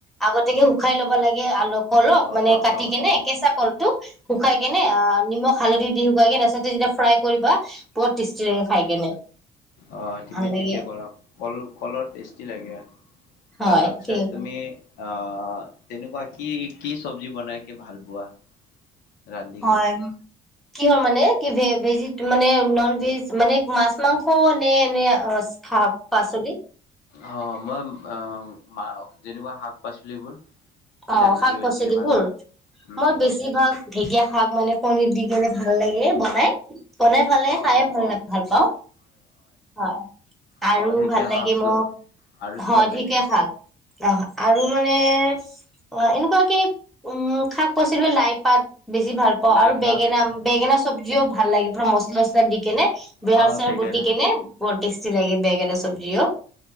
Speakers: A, in the centre; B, on the left.
A: আগতেকে
B: অ',
A: শুকাই ল'ব লাগে আল কলক
B: অ',
A: মানে
B: অ',
A: কাটি
B: অ',
A: কেনে কেঁচা কল টো। উ <unintelligible> শুকাই কেনে
B: হয়,
A: অ নিমখ। হালধি দিও। নেচা যেতিয়া ফ্ৰাই কৰিবা। বৰ টেষ্টি লাগে
B: অ
A: খাই কেনে
B: অহ তুমি
A: ভাল লাগে
B: ঠিকে কৰা কল কলৰ টেষ্টি লাগে।
A: হয়
B: আৰু তাৰ পিছত
A: ঠিক
B: তুমি আহ, তেনেকুৱা কি কি চবজি বনাই কি ভাল পোৱা? ৰান্ধিকে।
A: হয় কিহৰ মানে, কি ভে ভেজিত মানে নন ভেজ মানে মাছ মাংস নে এনে শাক পাচলি
B: অ মই অ মা যেনেকুৱা শাক পাচলিবোৰ কি
A: অ
B: ৰান্ধিকে
A: শাক
B: বেছিকে
A: পাচলিবোৰ,
B: ভাল পোৱা? উম।
A: মই বেছি ভাগ ঢেঁকীয়া শাক মানে কণিত দি কেনে ভাল লাগে বনাই। বনাই ভাল লাগে,
B: অ',
A: খাই
B: অ',
A: ভাল
B: অ'।
A: ভাল পাওঁ, হয়
B: খৰিকীয়া
A: আৰু ভাল লাগে
B: শাকটো
A: মোক,
B: আৰু কি
A: হয়
B: ভাল লাগে
A: ঠিকে খাক অ আৰু মানে অ এনেকুৱাকে, উম শাক পাচলি লাই পাত বেছি ভাল পাওঁ
B: লাই
A: আৰু
B: শাক
A: বেঙেনা, বেঙেনা চবজিও ভাল লাগে পুৰা মচলা অচলা দি কিনে বহ
B: আহ
A: চাৰ
B: বেঙেনা
A: বতি কেনে বৰ টেষ্টি লাগে, বেঙেনা এটা চবজিও,